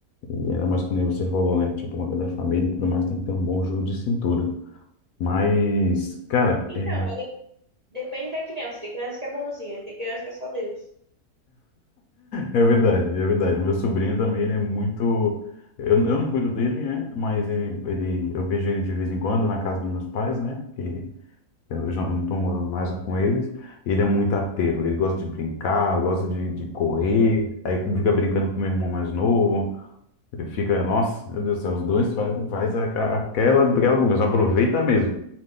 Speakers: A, on the left; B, on the right.
A: E ainda mais que nem você falou, né? Tipo, quando é da família e tudo mais, tem que ter um bom jogo de cintura. Mas, cara,
B: Então,
A: é.
B: mas de- depende da criança. Tem criança que é bonzinha, tem criança que é só Deus.
A: É verdade, é verdade. Meu sobrinho também, ele é muito. Eu, eu não cuido dele, né? Mas ele, ele, eu vejo ele de vez em quando na casa dos meus pais, né? Que eu já eu não tô morando mais com eles. Ele é muito arteiro. Ele gosta de brincar, gosta de, de correr.
B: <laughs>
A: Aí fica brincando com meu irmão mais novo. Ele fica, nossa, meu Deus do céu, os dois faz, faz aqua- aquela, aquela bagunça. Aproveita mesmo.